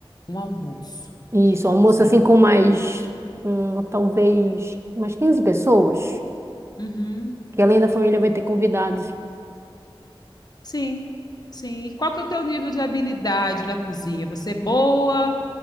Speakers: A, on the left; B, on the right.
A: Um almoço.
B: Isso, almoço
A: Sim.
B: assim com mais, hum, talvez, umas 15 pessoas.
A: Uhum.
B: Que além da família vai ter convidados.
A: Sim, sim. E qual que é o teu nível de habilidade na cozinha? Você é boa